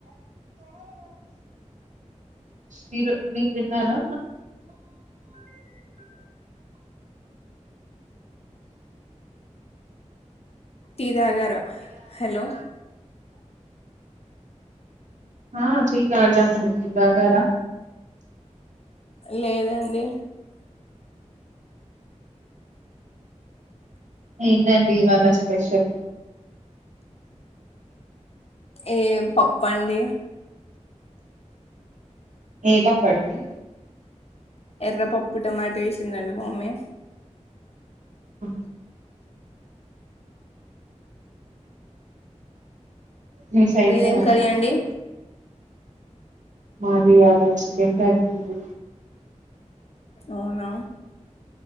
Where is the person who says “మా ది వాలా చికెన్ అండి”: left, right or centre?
Right